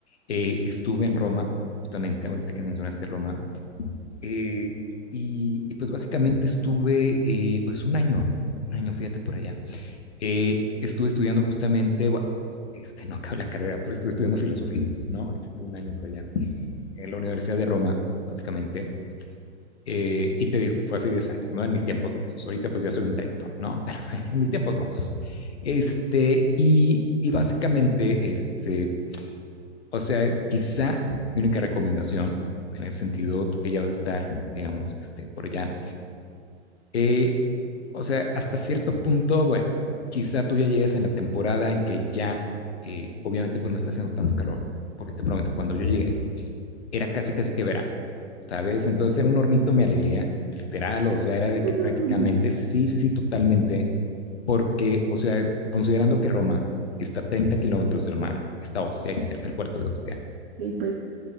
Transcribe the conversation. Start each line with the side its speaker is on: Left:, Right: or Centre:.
Left: Eh, estuve en Roma, justamente ahorita que mencionaste Roma. Eh, y, y, pues básicamente estuve, eh, pues un año, un año, fíjate por allá. Eh, estuve estudiando justamente, bueno, este, no acabé la carrera, pero estuve estudiando filosofía, ¿no? Este, un año por allá, en la Universidad de Roma, básicamente. Eh, y te digo, fue hace 10 años, ¿no? En mis tiempos mozos. Ahorita pues ya soy un treintón, ¿no? <laughs> Pero en mis tiempos mozos. Este, y, y básicamente, este, o sea, quizá mi única recomendación, en el sentido, tú que ya vas a estar, digamos, este, por allá, eh, o sea, hasta cierto punto, bueno, quizá tú ya llegues en la temporada en que ya, eh, obviamente, pues no está haciendo tanto calor, porque te prometo, cuando yo llegué, era casi, casi que verano, ¿sabes? Entonces era un hornito mi alegría, literal, o sea, era de
Right: <laughs>
Left: que prácticamente, sí, sí, sí, totalmente, porque, o sea, considerando que Roma está a 30 kilómetros del mar, está Ostia y cerca el puerto de Ostia.
Right: Y pues